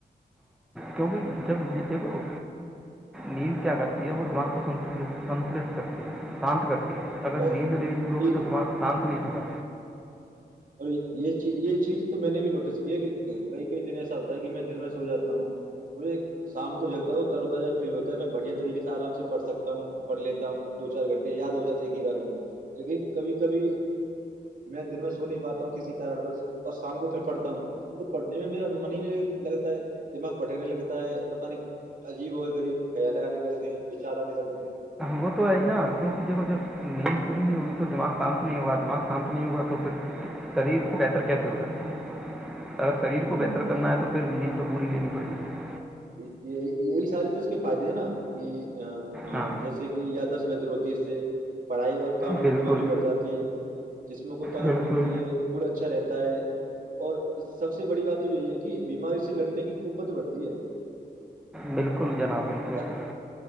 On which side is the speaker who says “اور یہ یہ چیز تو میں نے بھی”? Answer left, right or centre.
Right